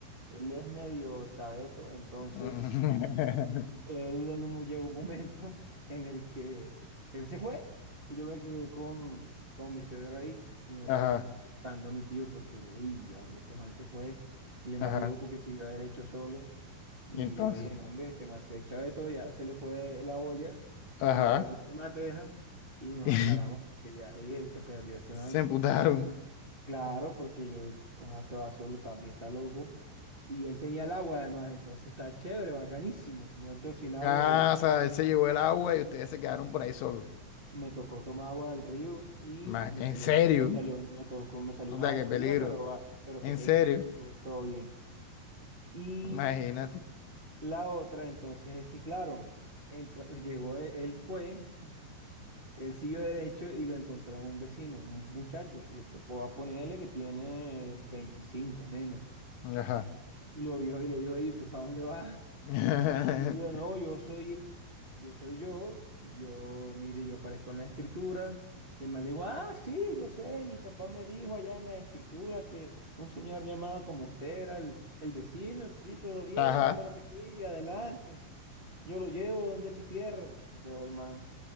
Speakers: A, on the right; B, on the left.
A: él es medio chaveto, entonces
B: <laughs>
A: él en un- llegó un momento <laughs> en el que él se fue y yo me quedé con, con mi suegro ahí y nosotros
B: Ajá,
A: dando a mi tío porque, hey ¿a dónde este man se fue? El
B: ajá.
A: man loco que siguió derecho solo. Y
B: Y entonces,
A: yo dije, no, hombre, este man se echa de todo, ya se le fue la olla,
B: ajá.
A: se le fue la última teja y nos
B: <laughs>
A: azaramos porque ya dije, se perdió este
B: Se
A: man.
B: emputaron.
A: Claro, porque yo, este man se va solo, también está loco. Y él tenía el agua además, entonces está chévere, bacanísimo. Nosotros sin agua
B: Ah,
A: y
B: o sea, él se llevó el agua y ustedes se quedaron por ahí solos.
A: me tocó tomar agua del río y
B: Más,
A: me
B: en
A: salió,
B: serio.
A: me salió, me tocó, me salió
B: O
A: una
B: sea,
A: bacteria,
B: qué peligro.
A: pero, va- pero
B: En
A: pequeña.
B: serio.
A: Entonces, todo bien. Y
B: Imagínate.
A: la otra, entonces, es que, claro, entonces, llegó, él, él fue, <laughs> él siguió derecho y lo encontró un vecino, un muchacho. Yo te puedo ponerle que tiene 25 menos.
B: Ajá.
A: Y lo vio y le dijo, hey, ¿usted para dónde va?
B: <laughs>
A: Y él dijo, no, yo soy, yo soy yo, yo, mire, yo aparezco en la escritura. Y el man le dijo, ah, sí, yo sé, mi papá me dijo allá en la escritura que un señor llamado como usted era el, el vecino, sí, todo bien,
B: Ajá.
A: claro que sí, adelante. Yo lo llevo donde su tierra. Entonces el man,